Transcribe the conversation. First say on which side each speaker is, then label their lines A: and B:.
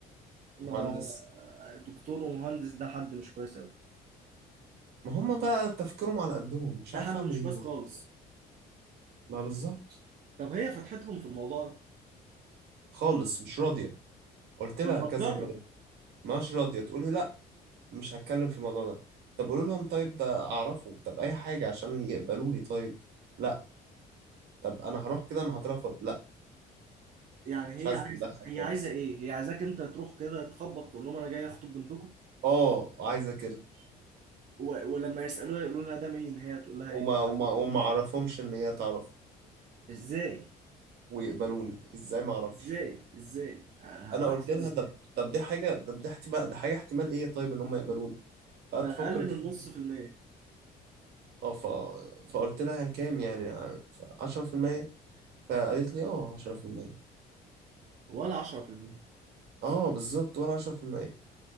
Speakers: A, on the right; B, on the right.
A: ما
B: مهندس
A: دكتور ومهندس ده حد مش كويس قوي
B: ما هم بقى تفكيرهم على قدهم مش
A: ده
B: عارف
A: حد
B: اعمل
A: مش
B: ايه
A: كويس خالص
B: ما بالظبط
A: طب هي فتحتهم في الموضوع ده
B: خالص مش راضيه قلت لها
A: طب ما
B: كذا
A: تجرب
B: مره مش راضيه تقول لي لا مش هتكلم في الموضوع ده طب قولوا لهم طيب ده اعرفه طب اي حاجه عشان يقبلوني طيب لا طب انا هروح كده انا هترفض لا
A: يعني هي
B: مش عايز
A: عايزه
B: تتدخل
A: هي
B: خالص
A: عايزه ايه هي عايزاك انت تروح كده تخبط تقول لهم انا جاي اخطب بنتكم
B: اه عايزه كده
A: و... ولما يسالوها يقولوا لها ده مين هي هتقول لها
B: وما
A: ايه
B: وما وما اعرفهمش ان هي تعرف
A: ازاي
B: ويقبلوني ازاي ما اعرفش
A: ازاي ازاي ه-
B: انا
A: هتحصل
B: قلت لها
A: ازاي
B: ده طب دي حاجه طب دي احتمال دي حاجه احتمال ايه طيب ان هم يقبلوني فقعدت
A: ده اقل
B: افكر كتير
A: من نص في المية
B: اه ف... فقلت لها كام يعني 10% فقالت لي اه 10%
A: ولا 10%
B: اه بالظبط ولا 10%